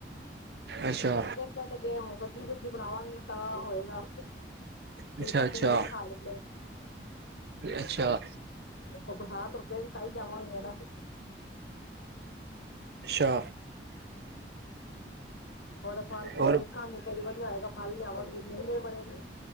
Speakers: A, on the right (about 60°); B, on the left (about 80°).
A: ਅੱਛਾ।
B: ਏਦਾ ਕੀ ਹੈ, ਹੋਰ ਸਬਜ਼ੀ ਸੁਬਜ਼ੀ ਬਣਾਵਾਂਗੀ, ਤਾਂ ਹੋਏਗਾ
A: ਅੱਛਾ,
B: ਇਹ ਤਾਂ
A: ਅੱਛਾ,
B: ਪਲੇਡ ਖਾਂਦੇ ਪਏ
A: ਅੱਛਾ,
B: ਆ ਬਰਸਾਤ ਰੁਕੇਗੀ, ਤਾਂਹੀ ਜਾਵਾਂਗੇ ਨਾ।
A: ਅੱਛਾ।
B: <inaudible> ਹੋਰ ਫਲ ਫੁਲ
A: ਹੋਰ
B: ਵੇਖਾਂਗੀ, ਕਈ ਵਧੀਆ ਹੋਏਗਾ ਫਲ ਲਿਆਵਾਂਗੀ। ਮਹਿੰਗੇ ਬੜੇ ਨੇ